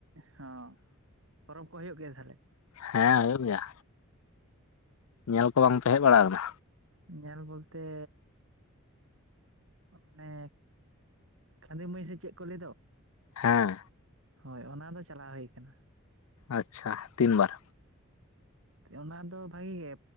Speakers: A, on the right (about 65°); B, on the left (about 80°).
A: ᱦᱚᱸ ᱯᱚᱨᱚᱵᱽ ᱠᱚ ᱦᱩᱭᱩᱜ ᱜᱮᱭᱟ ᱛᱟᱦᱞᱮ
B: ᱦᱮᱸ ᱦᱩᱭᱩᱜ ᱜᱮᱭᱟ ᱧᱮᱞ ᱠᱚ ᱵᱟᱝ ᱯᱮ ᱦᱮᱡ ᱵᱟᱲᱟ ᱠᱟᱱᱟ
A: ᱧᱮᱞ ᱵᱚᱞ ᱛᱮᱻ ᱚᱱᱮ ᱠᱷᱟᱸᱫᱤ ᱢᱟᱹᱭ ᱥᱮ ᱪᱮᱫ ᱠᱚ ᱞᱟᱹᱭ ᱫᱚᱼᱼ
B: ᱦᱮᱸ
A: ᱦᱳᱭ ᱚᱱᱟ ᱫᱚ ᱪᱟᱞᱟᱣ ᱦᱩᱭ ᱟᱠᱟᱱᱟ
B: ᱟᱪᱪᱷᱟ ᱛᱤᱱ ᱵᱟᱨᱼᱼ
A: ᱚᱱᱟ ᱫᱚ ᱵᱷᱟᱜᱮ ᱜᱮᱼᱼ